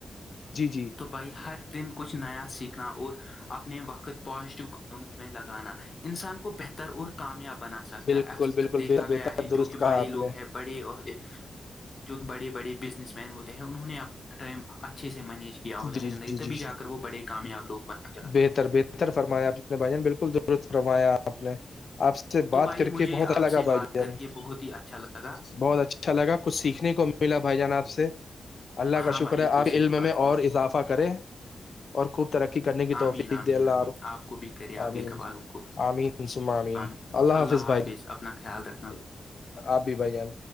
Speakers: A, on the left; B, on the left.
A: جی جی
B: تو بھائی ہر دن کچھ نیا سیکھنا اور اپنے وقت پازیٹو کاموں میں لگانا انسان کو بہتر اور کامیاب بنا سکتا
A: بالکل
B: ہے اکثر
A: بالکل
B: دیکھا
A: بہتر
B: گیا ہے
A: درست
B: جو کہ
A: کہا
B: بڑے
A: آپ
B: لوگ
A: نے
B: ہیں بڑے اور جو بڑے بڑے بزنس مین ہوتے ہیں انہوں نے اپنا ٹائم اچھے سے مینج کیا ہوتا
A: جی
B: ہے زندگی
A: جی
B: تبھی
A: جی جی
B: جا کر وہ بڑے کامیاب لوگ بن جاتے
A: بہتر
B: ہیں
A: بہتر فرمایا اپ نے بھائی نے بالکل درست فرمایا آپ نے آپ سے سے بات
B: تو بھائی
A: کر
B: مجھے
A: کے بہت
B: آپ
A: الگ
B: سے
A: ہے بھائی
B: بات کر
A: جب
B: کے بہت ہی اچھا لگا
A: بہت اچھا لگا کچھ سیکھنے کو ملا بھائی جان آپ سے اللہ
B: ہاں
A: کا شکر
B: بھائی
A: ہے
B: بالکل
A: آپ
B: صحیح
A: علم
B: بات
A: میں
B: کہی
A: اور
B: آپ نے
A: اضافہ کریں اور خوب ترقی کرنے کی
B: آمین
A: توفیق
B: آمین
A: د اللہ
B: آمین
A: آ
B: آپ کو بھی کرے آپ
A: آمین
B: کے گھر والوں کو بھی
A: آمین مام
B: آمین
A: اللہ حافظ بھائی
B: اپنا خیال رکھنا
A: آبی بھان